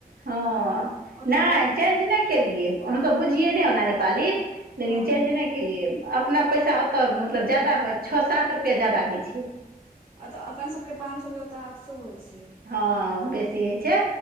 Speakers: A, on the right (about 75°); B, on the right (about 40°).
A: हँ
B: ओतऽ
A: नहि
B: बड
A: चेंज नै केलिय हमसे बुझिये नै ओना नेपाली, लेकिन
B: हँ
A: चेंज नै केलिय। अपना पैसा ओतऽ मतलब ज्यादा भऽ छओ- सात रुपैआ जादा होइ छै।
B: अतऽ अपन सभके पाँच सौ के ओतऽ आठ सौ होइ छै।
A: हँ बेसी होइ छै।